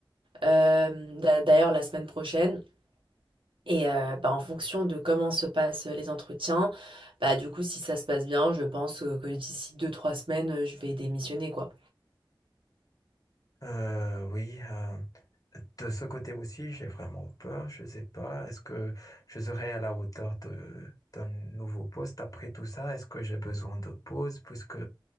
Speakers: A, on the right; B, on the left.
A: euh, d'a- d'ailleurs la semaine prochaine. Et euh, bah, en fonction de comment se passent les entretiens, bah du coup, si ça se passe bien, je pense euh, que d'ici deux, trois semaines, euh, je vais démissionner, quoi.
B: Euh, oui, euh, de ce côté aussi, j'ai vraiment peur. Je ne sais pas, est-ce que je serai à la hauteur de, d'un nouveau poste après tout ça? Est-ce que j'ai besoin de pause puisque